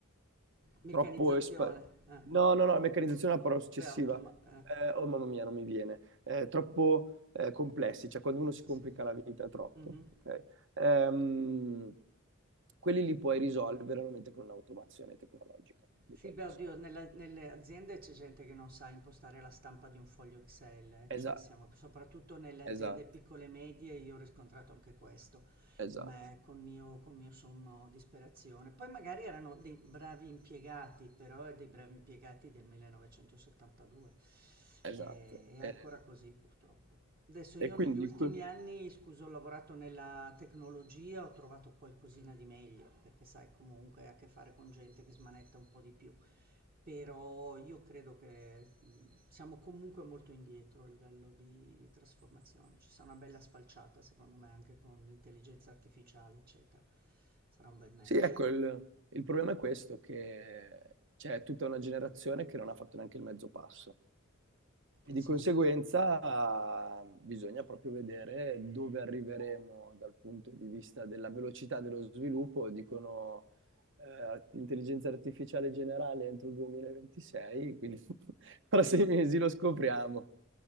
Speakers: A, on the right; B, on the right.
A: Meccanizzazione,
B: troppo... espa-
A: eh.
B: No, no, no, meccanizzazione è la parola successiva.
A: Beh, automa... eh,
B: Eh, oh mamma mia, non mi viene. Eh, troppo eh, complessi, cioè quando uno si
A: sì.
B: complica la vita troppo,
A: Mhm.
B: ok? Ehm, quelli li puoi risolvere veramente con un'automazione tecnologica di
A: Sì,
B: qualche
A: beh, oddio,
B: sorta.
A: nella- nelle aziende c'è gente che non sa impostare la stampa di un foglio Excel, eh,
B: Esatto,
A: Cioè siamo soprattutto nelle aziende
B: esatto,
A: piccole e medie, io ho riscontrato anche questo
B: esatto,
A: ma con mio, con mio sommo disperazione. Poi magari erano dei bravi impiegati, però dei bravi impiegati del 1972.
B: esatto.
A: Eh, è ancora
B: Eh,
A: così purtroppo. Adesso io
B: e quindi...
A: negli ultimi
B: que-
A: anni, scusa, ho lavorato nella tecnologia, ho trovato qualcosina di meglio, perché sai, comunque hai a che fare con gente che smanetta un po' di più. Però io credo che, mhmm, siamo comunque molto indietro a livello di di trasformazione. Ci sarà una bella sfalciata secondo me anche con l'intelligenza artificiale, eccetera. Sarà un bel match,
B: Sì, ecco, il, il problema è questo, che c'è tutta una generazione che non ha fatto neanche il mezzo passo. E di
A: sì.
B: conseguenza bisogna proprio vedere dove arriveremo dal punto di vista della velocità dello sviluppo. Dicono eh, intelligenza artificiale generale entro il 2026, quindi <laughs> fra sei mesi lo scopriamo.